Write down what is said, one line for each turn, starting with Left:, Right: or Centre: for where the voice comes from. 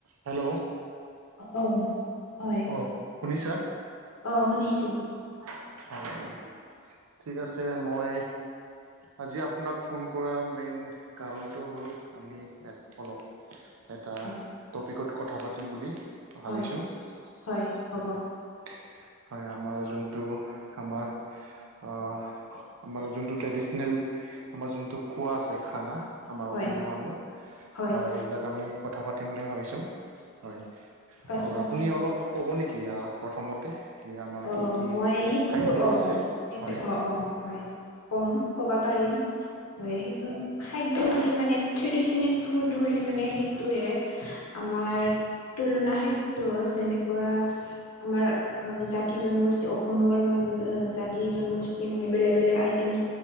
Right: হেল্ল'।
Left: অ' হয়
Right: অ শুনিছা?
Left: আহ শুনিছো।
Right: হয় হয়। ঠিক আছে মই আজি আপোনাক। ফোন কৰাৰ মেইন কাৰণটো হ'ল আমি ইয়াত অলপ এটা
Left: হয়
Right: টপিকত কথা পাতিম বুলি। ভাবিছো।
Left: হয়
Right: হয়
Left: হয় হ'ব
Right: আমাৰ যোনটো আমাৰ। অ' আমাৰ যোনটো ট্ৰেডিচনেল আমাৰ যোনটো খোৱা আছে খানা আমাৰ
Left: হয়
Right: অসমীয়া মানুহ
Left: হয়
Right: এইবিলাক আমি কথা পাতিম বুলি ভাবিছোঁ। হয়
Left: পাতিব
Right: অ' আপুনি
Left: পাৰিম
Right: অলপ কব নেকি অ প্ৰথমতে। কি আমাৰ
Left: অ
Right: কি কি
Left: মই সেইটো
Right: খাদ্য
Left: অ
Right: আছে?
Left: অ',
Right: হয়
Left: অ' হয় কম ক'ব পাৰিম হয় সেইটো খাদ্য হ'লে মানে ট্ৰেডিচনেল ফুড হ'লে মানে সেইটোৱে আমাৰ। তুলনা খাদ্য যেনেকুৱা। আমাৰ জাতি জনগোষ্ঠী অসমৰ মানুহ আহ জাতি জনগোষ্ঠী। মানে বেলেগ বেলেগ আইটেমছ